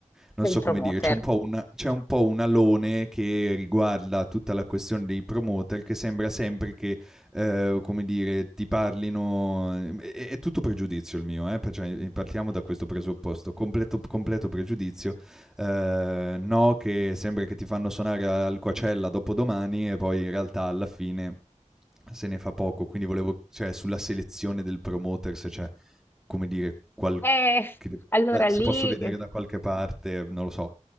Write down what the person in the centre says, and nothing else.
Non
so
come dire, c'è un po' una- c'è un po' un alone che riguarda tutta la questione dei promoter che sembra sempre che, eh, come dire, ti parlino... eh, È, è tutto pregiudizio il mio, eh? per- cioè, eh, partiamo da questo presupposto, completo, completo pregiudizio, eh, no che sembra che ti fanno suonare al Coachella dopo domani e poi in realtà alla fine se ne fa poco, quindi volevo, cioè, sulla selezione del promoter se c'è, come dire, qualche...
eh,
se
posso vedere da qualche parte, non lo so.